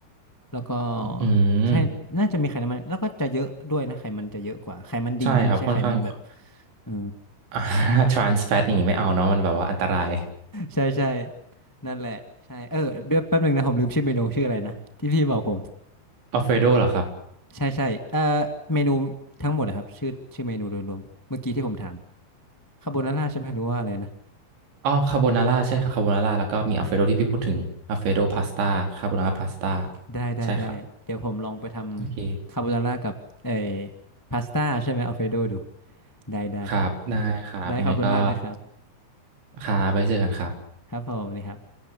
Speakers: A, on the left (about 20°); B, on the right (about 75°).
A: แล้วก็
B: อืม
A: ใช่น่าจะมีไขมันแล้วก็จะเยอะด้วยนะไขมันจะเยอะกว่าไขมันดีนะไม่ใช่ไขมันแบบ
B: ใช่ครับค่อนข้าง <laughs>
A: เออ
B: อ่า <laughs> trans fat อย่างนี้ไม่เอาเนาะมันแบบว่าอันตราย
A: ใช่ใช่นั่นแหละใช่เออเดี๋ยวแป๊บหนึ่งนะผมลืมชื่อเมนูชื่ออะไรนะที่พี่บอกผม
B: อัลเฟรโดเหรอครับ
A: ใช่ใช่เอ่อเมนูทั้งหมดนะครับชื่อชื่อเมนูโดยรวมเมื่อกี้ที่ผมถามคาโบนาร่าใช่ไหมหรือว่าอะไรนะ
B: อ๋อคาโบนาร่าใช่ครับคาโบนาร่าแล้วก็มีอัลเฟรโดที่พี่พูดถึงอัลเฟรโดพาสต้าคาโบนาร่าพาสต้า
A: ได้ได้ได้เดี๋ยวผมลองไปทำคาโบนาร่ากับเอ่อ
B: ใช่ครับโอเค
A: พาสต้าใช่ไหมอัลเฟรโดดูได้ได้
B: ครับได้ครับยังไงก็
A: ได้ขอบคุณมากนะครับ
B: ครับไปเจอกันครับ
A: ครับผมสวัสดีครับ